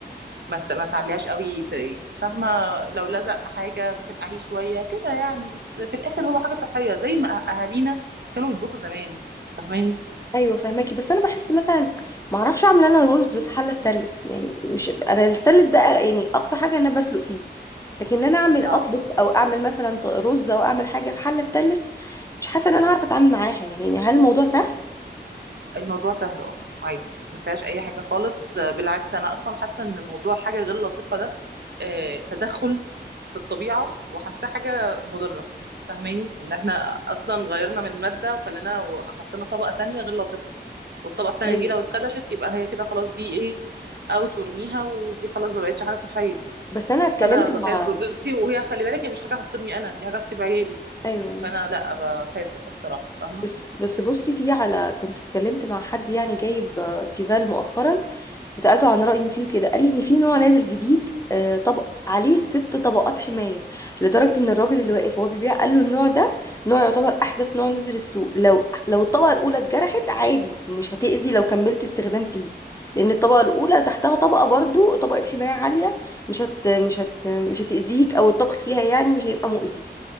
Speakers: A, on the right; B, on the left.
A: ما, ت... ما تعليهاش قوي ت... فاهمه لو لزق حاجه بتنقعيه شويه كده يعني بس في الاخر هو حاجه صحيه زي ما أه- اهالينا كانوا يطبخوا زمان فاهماني
B: ايوه فهماكي بس انا بحس مثلا ما اعرفش اعمل انا رز في حله ستانلس يعني مش انا الستانلس ده يعني اقصى حاجه انا بسلق فيه لكن انا اعمل اطبخ
A: اه
B: او اعمل مثلا ط- رز او اعمل حاجه في حله ستانلس مش حاسه ان انا عارفه اتعامل معاها يعني هل الموضوع سهل
A: الموضوع سهل اه عادي ما فيهاش اي حاجه خالص آه، بالعكس انا اصلا حاسه ان موضوع حاجه غير لائقه ده آه، تدخل في الطبيعه وحاسه حاجه مضره فاهماني ان احنا اصلا غيرنا من الماده وخلينا وحطينا طبقه تانية غير لائقه والطبقه التانية
B: ايوه
A: دي لو اتخدشت يبقى هي كده خلاص دي ايه اوت وارميها ودي خلاص ما بقتش حاجه صحيه
B: بس انا اتكلمت
A: فانا بخاف
B: مع
A: بصي وهي خلي بالك هي مش حاجه هتصيبني انا دي حاجه هتصيب عيالي
B: ايوه يعني.
A: فانا لا بخاف بصراحه فاهمه
B: بس بس بصي في على كنت اتكلمت مع حد يعني جايب آه، تيفال مؤخرا وسألته عن رأيه فيه كده قال لي ان في نوع نازل جديد آه، طبق عليه ست طبقات حماية لدرجة ان الراجل اللي واقف وهو بيبيع قال له النوع ده نوع يعتبر احدث نوع نزل السوق لو لو الطبقة الاولى اتجرحت عادي مش هتأذي لو كملت استخدام فيه لان الطبقة الاولى تحتها طبقة برضو طبقة حماية عالية مش هت مش هت مش هتأذيك او الطبخ فيها يعني مش هيبقى مؤذي